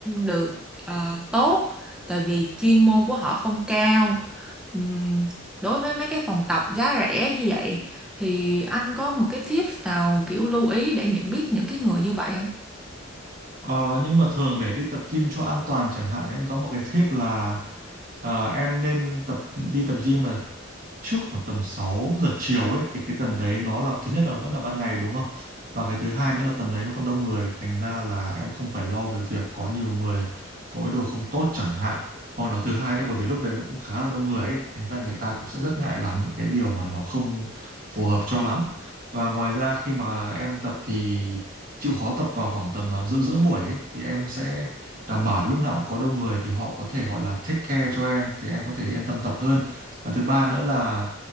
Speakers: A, in the centre; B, on the right.
A: được ờ, tốt tại vì chuyên môn của họ không cao. Ừm, đối với mấy cái phòng tập giá rẻ như vậy thì anh có một cái tip nào kiểu lưu ý để nhận biết những cái người như vậy không?
B: Ờ, nhưng mà thường để đi tập gym cho an toàn chẳng hạn thì em có một cái tip là ờ, em nên tập đi tập gym vào trước khoảng tầm 6 giờ chiều ấy thì cái tầm đấy nó là thứ nhất là vẫn là ban ngày đúng không? Và cái thứ hai nữa là tầm đấy nó còn đông người thành ra là em không phải lo về việc có nhiều người có ý đồ không tốt chẳng hạn hoặc là thứ hai nữa bởi vì lúc đấy nó cũng khá là đông người ấy thành ra người ta cũng sẽ rất ngại làm những cái điều mà nó không phù hợp cho lắm và ngoài ra khi mà em tập thì chịu khó tập vào khoảng tầm à, giữa giữa buổi ấy, thì em sẽ đảm bảo lúc nào cũng có đông người thì họ có thể gọi là take care cho em thì em có thể yên tâm tập hơn và thứ ba nữa là